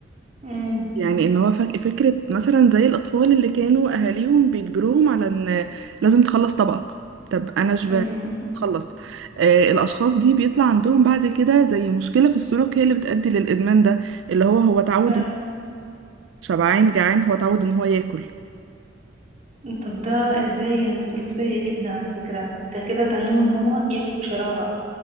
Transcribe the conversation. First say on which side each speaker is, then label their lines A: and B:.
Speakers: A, on the right; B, on the right.
A: امم
B: يعني ان هو فك... فكرة مثلا زي الأطفال اللي كانوا أهاليهم بيجبروهم على ان لازم تخلص طبقك طب أنا شبعت
A: امم
B: خلص آه الأشخاص دي بيطلع عندهم بعد كده زي مشكلة في السلوك هي اللي بتؤدي للإدمان ده اللي هو هو اتعود
A: فعلا
B: إن- شبعان جعان هو اتعود ان هو ياكل
A: طب ده ازاي يعني ده سلوك سيء جدا على فكرة انت كده تعلمه ان هو ياكل بشراهة